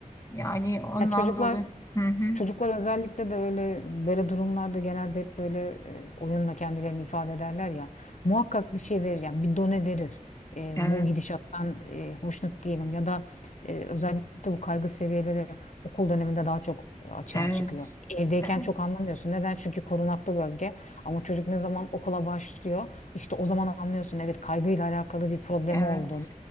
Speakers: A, on the left; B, on the left.
A: Yani ondan
B: Ya çocuklar
A: dolayı. Hı hı.
B: Çocuklar özellikle de öyle böyle durumlarda genelde hep böyle e, oyunla kendilerini ifade ederler ya. Muhakkak bir şey verir yani bir done verir. E,
A: Evet,
B: bu gidişattan e, hoşnut değilim ya da e, özellikle bu kaygı seviyeleri okul döneminde daha çok açığa
A: evet,
B: çıkıyor. Evdeyken
A: evet,
B: çok anlamıyorsun. Neden? Çünkü korunaklı bölge. Ama çocuk ne zaman okula başlıyor, işte o zaman anlıyorsun. Evet kaygıyla alakalı bir problemi
A: evet.
B: olduğunu.